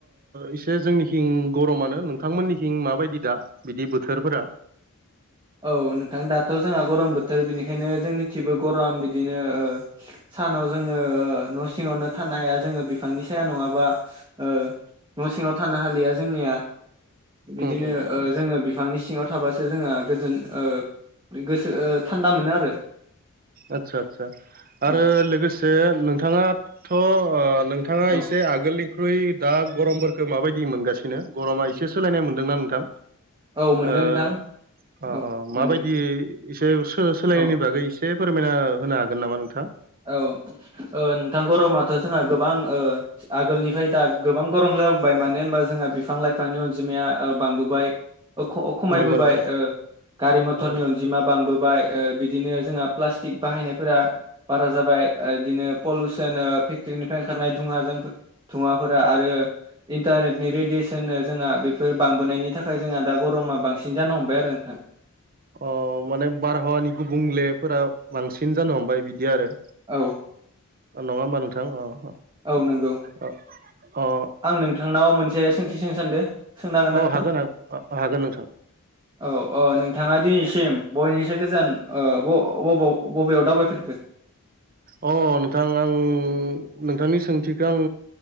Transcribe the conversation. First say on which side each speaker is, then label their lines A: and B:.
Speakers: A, on the right; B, on the right.
A: एसे जोंनिखिं गरमानो नोंथांमोननि। खिं माबायदि दा बिदि बोथोरफोरा।
B: औ नोंथां दाथ' जोंहा गरम बोथोर बिनिखायनो जोंनि थिबो गराम बिदिनो ओ। सानाव जोङो ओ न' सिङावनो थानो हाया जोङो बिफांनि साया नङाबा ओ। न' सिङाव थानो हालिया जोंनिया। बिदिनो
A: उम उम उम
B: ओ जोङो बिफांनि सिङाव थाबासो जोङो। गोजोन ओ गोसो ओ थान्दा मोनो आरो।
A: आच्छा आच्छा
B: औ
A: आरो लोगोसे नोंथाङाथ' ओ। नोंथाङा
B: औ
A: एसे आगोलनि। ख्रुइ दा गरमफोरखौ माबायदि मोनगासिनो गरमा एसे सोलायनाय मोनदोंना नोंथां?
B: औ मोनदों
A: ओ
B: नोंथां
A: अ
B: औ
A: अ माबायदि
B: मोनदों
A: एसे सो-सोलायनायनि
B: औ
A: बागै। से फोरमायना होनो हागोन नामा नोंथाङा?
B: औ ओ नोंथां गरमाथ' जोंहा गोबां ओ आगोलनिफ्राय दा गोबां गरम। जाबोबाय मानो होनबा जोंहा बिफां लाइफांनि अनजिमाया ओ बांबोबाय। ख-खमायबोबाय
A: नंगौ नोंथां
B: ओ गारि मथरनि
A: अ
B: अनजिमा बांबो। बाय बिदिनो जोंहा प्लाटिक बाहायनायफोरा। बारा जाबाय आ बिदिनो पलिउसन फेक्ट्रिनिफ्राय ओंखारनाय धुङाजों धुङाफोरा आरो। इन्टारनेटनि रेडियेसननो जोंहा बेफोर बांबोनायनि थाखाय जोंहा दा गरमा बांसिन जानो हमबाय आरो नोंथां। <inaudible>
A: अ माने बारहावानि गुबुंलेफोरा बांसिन जानो हमबाय बिदि आरो।
B: औ।
A: नङा होमबा नोंथां अ।
B: औ नंगौ।
A: अ अ
B: आं नोंथांनाव मोनसे सोंथि सों सानदो सोंनो हागोन ना
A: ओ
B: नोंथां?
A: अ हागोन नोंथां
B: औ औ नों। थाङा दिनैसिम बयनिसो गोजान ओ ब-बबाव बबेयाव दावबायफेरखो?
A: अ नोंथां आं नोंथांनि सोंथिखौ आं।